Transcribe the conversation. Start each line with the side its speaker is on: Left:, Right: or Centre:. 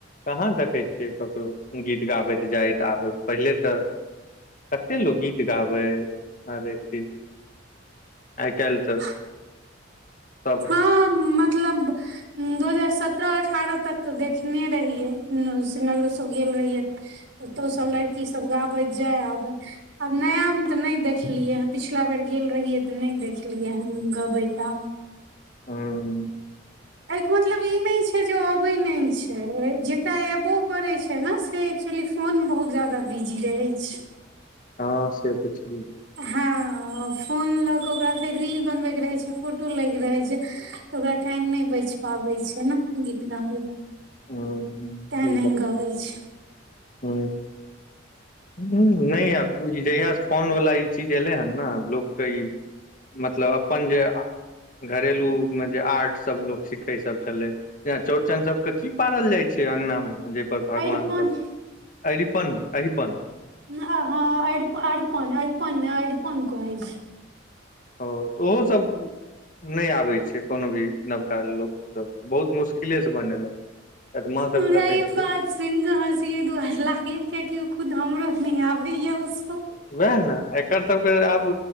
Left: कहाँ देखैत छियै ककरो गीत गाबैत जाइत आबैत पहिले तऽ कते लोक गीत गाबै आर आइ काल्हि तऽ
Right: <inaudible>
Left: सब
Right: आ मतलब दू हजार सत्रह अठारह तक तऽ देखने रहियै नग शिवनगरो सब गेल रहियै ओतौ सब लड़की सब गाबैत जाय आबे आब नया मे तऽ नहि देखलियै ह पिछला बेर गेल रहियै तऽ नहि देखलियै हं गबैत आब
Left: हूं
Right: एहिके मतलब ई नहि छै जे अबै नहि छै जेकरा एबो करै छै ने से एक्चुअली फोन बहुत जादा बिजी रहै छै।
Left: हँ से तऽ छै
Right: हँ फोन लऽ क ओकरा फेर रील बनबै के रहै छै फोटो लै के रहै छै ओकरा टाइम नहि बैच पाबै छै ने गीत गाबय के
Left: हँ
Right: तें नहि गबै छै
Left: ह हूं नहि आब जहियास से फोन वला ई चीज एलै हन ने लोक क ई मतलब अपन जे घरेलु मे जे आर्ट सब लोक सिखै सब छलै जे चौड़चन सब के की पारल जाइ छै अङगना मे जाहि पर भगवान
Right: अरिपन
Left: सब अरिपन अरिपन
Right: हँ अरिप अरिपन अरिपन ने अरिपन कहै छै
Left: ओ तऽ ओहो सब नहि आबै छै कोनो भी नबका लोक सब बहुत मुश्किले से बनेलक एत मा
Right: हमरा
Left: सबके देखै
Right: ई
Left: छियै
Right: बात सुनि कऽ हसी ऐ दुआरे लागैया किआकि उ खुद हमरो न आबे या उ सब
Left: उएह ने एकर सबके आब